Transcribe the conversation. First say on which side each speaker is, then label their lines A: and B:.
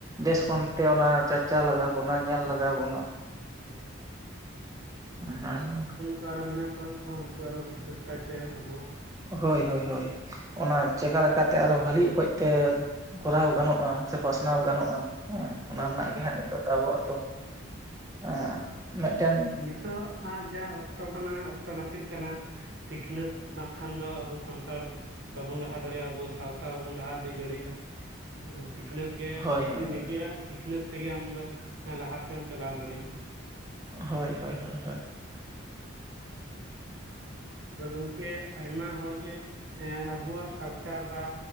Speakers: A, on the right (about 15°); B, on the right (about 55°).
A: ᱵᱮᱥ
B: ᱦᱳᱭ
A: ᱠᱷᱚᱱ ᱛᱮ ᱚᱱᱟ ᱪᱟᱨᱪᱟ ᱞᱟᱜᱟᱣ ᱵᱚᱱᱟ ᱧᱮᱞ ᱞᱟᱜᱟᱣ ᱵᱚᱱᱟ
B: ᱦᱩᱸ
A: ᱦᱮᱸ ᱦᱮᱸ
B: ᱚᱠᱟᱨᱮ ᱢᱮᱱᱟᱜ ᱠᱟ ᱠᱚᱣᱟ ᱩᱱᱠᱩ ᱟᱨᱚ ᱵᱤᱥᱮᱥ ᱠᱟᱭᱛᱮ ᱟᱵᱚ
A: ᱦᱚᱭ ᱦᱚᱭ ᱦᱚᱭ ᱚᱱᱟ ᱪᱮᱠᱟ ᱞᱮᱠᱟ ᱛᱮ ᱟᱨᱦᱚ ᱵᱷᱟᱹᱞᱤ ᱚᱠᱚᱡ ᱛᱮ ᱠᱚᱨᱟᱣ ᱜᱟᱱᱚᱜᱼᱟ ᱥᱮ
B: ᱦᱳᱭ
A: ᱯᱟᱥᱱᱟᱣ ᱜᱟᱱᱚᱜᱼᱟ ᱦᱮᱸ ᱚᱱᱟ
B: ᱦᱳᱭ
A: ᱨᱮᱱᱟᱜ ᱜᱮ ᱦᱟᱸᱜ ᱱᱤᱛᱚᱜ ᱫᱚ ᱟᱵᱚᱣᱟᱜ ᱫᱚ ᱟᱨ ᱢᱤᱫᱴᱮᱱ <inaudible>
B: ᱱᱤᱛᱚᱜ ᱟᱜ ᱡᱟ ᱚᱠᱛᱚ ᱠᱟᱱᱟ ᱚᱠᱛᱚ ᱱᱟᱹᱯᱤᱛ ᱠᱟᱱᱟ ᱥᱤᱠᱷᱱᱟᱹᱛ ᱵᱟᱝᱠᱷᱟᱱ ᱫᱚ ᱟᱵᱚ ᱥᱟᱱᱛᱟᱲ ᱵᱟᱵᱩᱱ ᱞᱟᱦᱟ ᱫᱟᱲᱮᱭᱟᱜ-ᱟ ᱟᱵᱚ ᱥᱟᱶᱛᱟ ᱵᱚᱱ ᱞᱟᱦᱟ ᱤᱫᱤ ᱫᱟᱲᱮᱭᱟᱜ-ᱟ ᱦᱚ ᱥᱤᱠᱱᱟᱛᱷ ᱜᱮ
A: ᱦᱳᱭ
B: ᱥᱤ
A: ᱦᱳᱭ
B: ᱱᱤᱡᱮᱨᱟᱹ ᱥᱤᱠᱷᱱᱟᱹᱛ ᱛᱮ ᱜᱮ ᱟᱢ ᱫᱚ ᱞᱟᱦᱟ ᱥᱮᱫ ᱮᱢ ᱪᱟᱞᱟᱣ ᱫᱟᱲᱮᱭᱟᱜ-ᱟ
A: ᱦᱳᱭ ᱦᱳᱭ ᱦᱳᱭ ᱦᱳ
B: ᱟᱫᱚ ᱜᱚᱝᱠᱮ ᱟᱭᱢᱟ ᱦᱚᱲ ᱜᱮ ᱮᱸ ᱟᱵᱚᱣᱟᱜ ᱠᱟᱞᱪᱟᱨ ᱵᱟ